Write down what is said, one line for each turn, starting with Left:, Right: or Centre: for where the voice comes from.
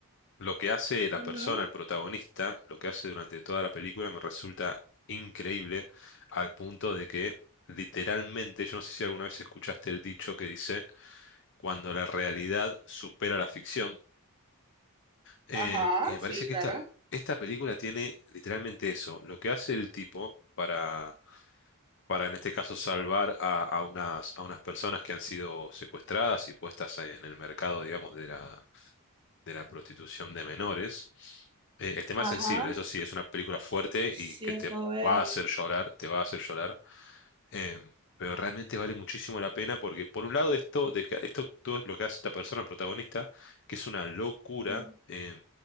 Left: Lo que hace la
Right: Ujú.
Left: persona, el protagonista, lo que hace durante toda la película me resulta increíble al punto de que literalmente, yo no sé si alguna vez escuchaste el dicho que dice, cuando la realidad supera la ficción, eh,
Right: Ajá,
Left: y me
Right: sí,
Left: parece que
Right: claro.
Left: esta, esta película tiene literalmente eso, lo que hace el tipo para, para en este caso salvar a, a unas, a unas personas que han sido secuestradas y puestas en el mercado, digamos, de la de la prostitución de menores. Eh, el tema
Right: Ajá,
Left: es sensible, eso sí, es una película fuerte
Right: sí,
Left: y que
Right: eso
Left: te
Right: veo.
Left: va a hacer llorar, te va a hacer llorar. eh, pero realmente vale muchísimo la pena porque, por un lado, esto, de que, esto todo lo que hace esta persona protagonista, que es una locura,
Right: Ujú.
Left: eh,